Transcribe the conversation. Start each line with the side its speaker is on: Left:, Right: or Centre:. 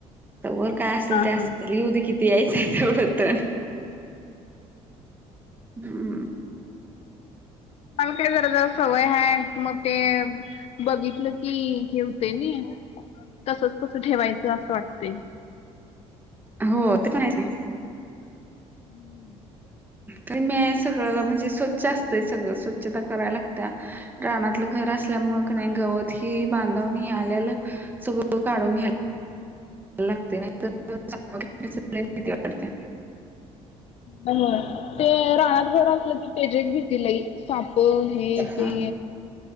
Right: तर वर काय असेल
Left: हा
Right: ते अस
Left: हा
Right: ये उदी किती यायचं तेवढं तण. हम्म
Left: काय जरा सवय हाय मग ते बघितलं की हेवते न तसच कस ठेवायचं असं वाटते.
Right: हो ते पण आहे कि
Left: <inaudible>
Right: तरी म सगळं म्हणजे स्वच्छ असतंय सगळं स्वच्छता करायला लागत्या. रानातलं घर असल्यामुंळ क नाही गवत हे बांधवणी आल्यालं सगळं काढून घ्यायला लागते नाही तरिती वाते <unintelligible>
Left: हो ते रानात घर असलं कि त्याची एक भीती लई साप हे
Right: हा
Left: ते.